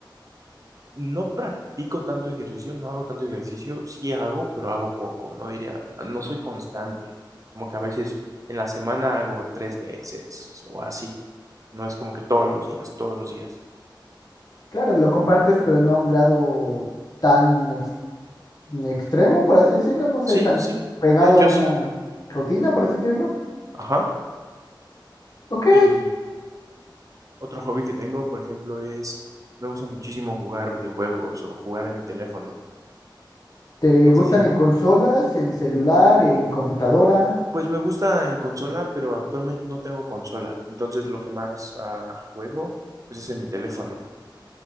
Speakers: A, on the right (about 40°); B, on the left (about 50°).
A: No practico tanto ejercicio, no hago tanto ejercicio, sí hago, pero hago poco, no diría, no soy constante, como que a veces en la semana hago tres veces o así, no es como que todos los días, todos los días.
B: Claro, lo compartes, pero no a un grado tan ex- extremo, por así decirlo. No sé,
A: Sí,
B: tan
A: sí,
B: pegado
A: de hecho
B: a una
A: sí,
B: rutina, por así decirlo.
A: ajá.
B: Ok,
A: Y otro hobby que tengo, por ejemplo, es, me gusta muchísimo jugar videojuegos o jugar en mi teléfono.
B: ¿te
A: No
B: gustan
A: sé si,
B: en consolas, en celular, en computadora?
A: pues me gusta en consola, pero actualmente no tengo consola, entonces lo que más ah, juego, pues es en mi teléfono.